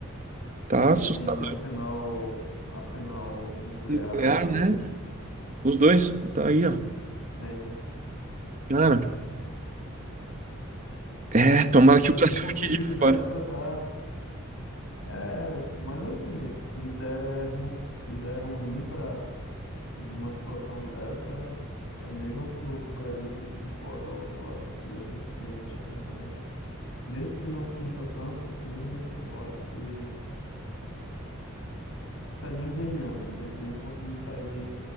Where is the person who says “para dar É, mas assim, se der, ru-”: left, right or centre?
Left